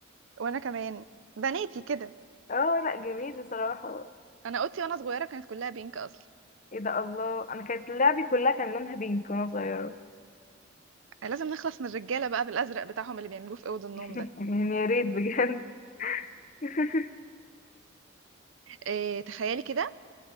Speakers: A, on the right; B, on the left.
A: وانا كمان بناتي كده
B: اه لا جميل بصراحة
A: انا اوضتي وانا صغيره كانت كلها بينك اصلا
B: ايه ده الله انا كانت لعبي كلها كان لونها بينك وانا صغيرة
A: لازم نخلص من الرجاله بقى بالازرق بتاعهم اللي بيعملوه في اوض النوم
B: <laughs>
A: ده
B: يعني يا ريت بجد <laughs>
A: إيه تخيلي كده